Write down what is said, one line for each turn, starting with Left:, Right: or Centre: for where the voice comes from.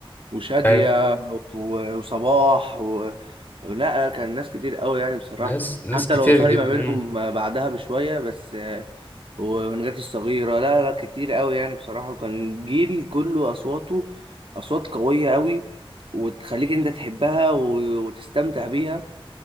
Right: وشادية
Left: فاهم؟
Right: و- وصباح و... لا لا كان ناس كتير قوي يعني بصراحة
Left: ناس ناس
Right: حتى
Left: كتير
Right: لو فرق
Left: جدا
Right: ما بينهم
Left: مم.
Right: بعدها بشوية بس آه، ونجاة الصغيرة لا لا كتير قوي يعني بصراحة وكان جيل كله أصواته أصوات قوية قوي وتخليك أنت تحبها و- وتستمتع بيها